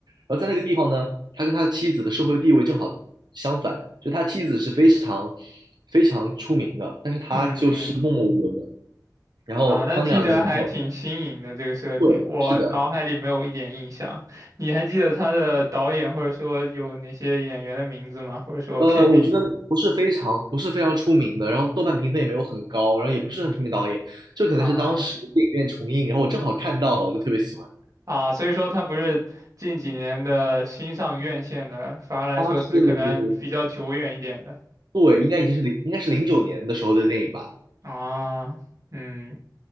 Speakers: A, on the right (about 75°); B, on the right (about 55°).
A: 然后在那个地方呢，他跟他的妻子的社会地位正好相反，就他妻子是非常非常出名的，但是他就是默默无闻的，
B: 嗯嗯
A: 然后他们俩也没有
B: 啊，那听起来还挺新颖的这个设定，
A: 对，
B: 我脑海里没有一点印象。
A: 是的。
B: 你还记得他的导演或者说有哪些演员的名字吗？或者说片名
A: 呃，我觉得不是非常不是非常出名的，然后豆瓣评分也没有很高，然后也不是很出名导演，这可能是当时电影院重映，
B: 啊？
A: 然后我正好看到了，我就特别喜欢。
B: 啊，所以说它不是近几年的新上院线的，反而来说是可能比较久远一点的。
A: 他是，对，应该已经是零，应该是零九年的时候的电影吧？
B: 啊，嗯，